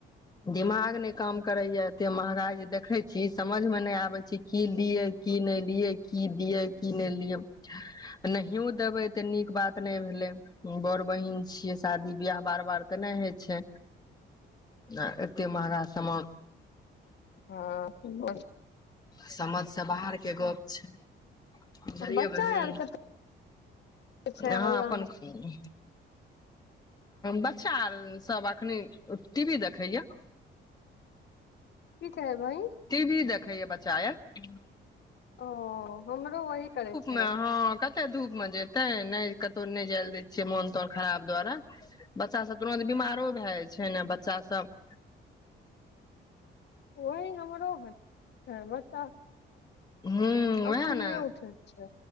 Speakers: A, on the left (about 20°); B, on the left (about 60°).
A: दिमाग नहि काम करयै एते महगाइ जे देखै छी समझमे नहि आबै छी की लियै की नहि लियै की दियै की नहि लियै नहिओ देबै तऽ नीक बात नहि भेलै बड़ बहिन छियै शादी बियाह बार बार तऽ नहि होइ छै आ एतेक महँगा सामान
B: हँ <unintelligible>
A: समझ से बाहरके गप छै बुझलियै
B: बच्चा
A: बहिन
B: आर कते छै
A: अहाँ
B: हल्ला
A: अपन कहु बच्चा आर सभ एखनि टीवी देखैयै
B: ठीक है बहिन
A: टीवी भी देखैयै बच्चा आर
B: ओ हमरो वही करै छै
A: मे हँ कते धूप मे जेतै नहि कतहु नहि जैल दै छियै मोन तन खराब द्वारा बच्चा सब तुरत बीमारो भए जाइ छै ने बच्चा सब
B: ओहि हमरो ह छै बच्चा
A: हू
B: अखनिये
A: ओएह ने
B: उठैत छै